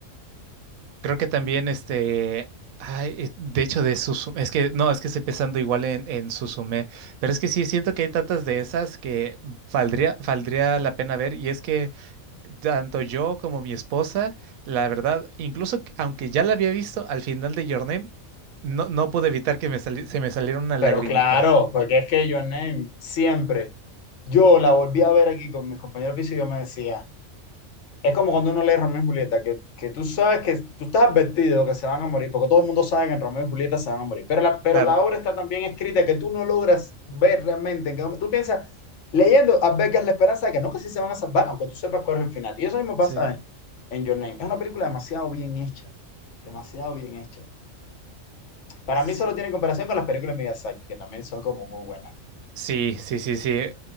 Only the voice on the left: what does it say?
pero
claro, porque es que Your Name siempre, yo la volví a ver aquí con mis compañeros de piso y yo me decía, Es como cuando uno lee Romeo y Julieta, que, que tú sabes que tú estás advertido que se van a morir, porque todo el mundo sabe que en Romeo y Julieta se van a morir. Pero la, pero
la obra está tan bien escrita que tú no logras ver realmente en qué momento. Tú piensas, leyendo, albergas la esperanza de que no, que sí se van a salvar, aunque tú sepas cuál es el final. Y eso mismo pasa
en, en Your Name. Es una película demasiado bien hecha, demasiado bien hecha. Para
mí solo tiene comparación con las películas de Miyazaki, que también son como muy buenas.